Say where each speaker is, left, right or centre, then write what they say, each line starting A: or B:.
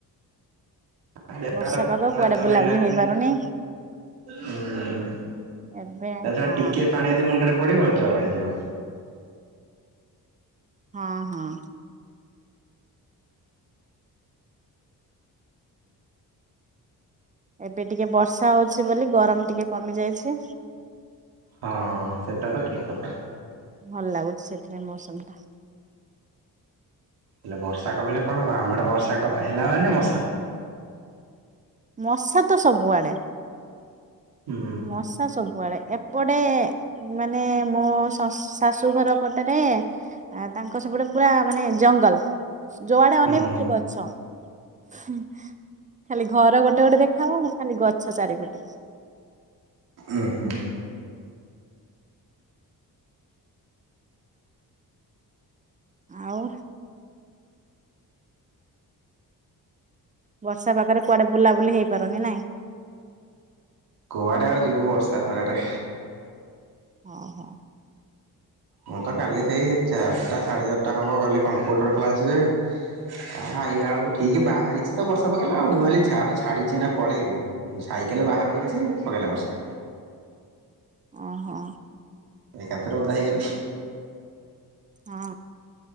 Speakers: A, on the right; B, on the right.
A: <unintelligible>
B: ବର୍ଷା ପାଗ କୁଆଡେ ବୁଲାବୁଲି
A: ଏନା ଖାଲି।
B: ହେଇପାରୁନି।
A: ହୁଁ ତା
B: ଏବେ
A: ଛଡା
B: ହଁ
A: ଟିକିଏ ପାଣି ଯଦି ମୁଣ୍ଡରେ ପଡ଼ିବ ଜ୍ଵର ହେଇଯିବ।
B: ହଁ ହଁ। ଏବେ ଟିକେ ବର୍ଷା ହଉଛି ବୋଲି ଗରମ ଟିକେ କମି ଯାଇଛି।
A: ହଁ ସେଟା ତ ଠିକ କଥା
B: ଭଲ ଲାଗୁଛି ସେଥିପାଇଁ ମୌସମ ଟା
A: ହେଲେ ବର୍ଷା କମିଲେ କଣ ହବ ଆମ ଆଡେ ବର୍ଷା କ ହେଲା ମାନେ ମଶା।
B: ମଶା ତ ସବୁଆଡେ।
A: ହୁଁ
B: ମଶା ସବୁଆଡେ ଏପଟେ ମାନେ ମୋ ମୋ ଶାଶୁଘର ପଟେରେ ତାଙ୍କ ସେପଟେ ପୁରା ମାନେ ଜଙ୍ଗଲ। ଯୁଆଡେ ଅନେଇବ
A: ହୁଁ
B: ଖାଲି ଗଛ। ଖାଲି ଘର ଗୋଟେ ଗୋଟେ ଦେଖାହବ। ମୁଁ ଖାଲି ଗଛ ଚାରିପଟେ
A: ଉହୂ।
B: ଆଉ ବର୍ଷା ପାଗରେ କୁଆଡେ ବୁଲାବୁଲି ହେଇପାରୁନି ନାଇଁ।
A: କୁଆଡେ ଆଉ ଯିବୁ ବର୍ଷା ପାଗରେ।
B: ହଁ ହଁ।
A: ମୁଁ ତ କାଲି ସେଇ ଚାରିଟା ସାଢେ ଚାରିଟା ହବ ଗଲି କମ୍ପୁଟର କ୍ଲାସ ଯେ ଆ ଆଇଲା ବେଳକୁ ଠିକ ବାହାରିଛି ତ ବର୍ଷା ପକେଇଲା ଆଉ ମୁଁ ଭାବିଲି ଯାହାହେଉ ଛାଡ଼ ଛାଡିଚିଛି ଏନା ପଳେଇବି। ସାଇକେଲେ ବାହାର କରିଛି ପକେଇଲା ବର୍ଷା।
B: ଓ ହୋ।
A: ଏକାଥରେ ଓଦା ହେଇଗଲି।
B: ହଁ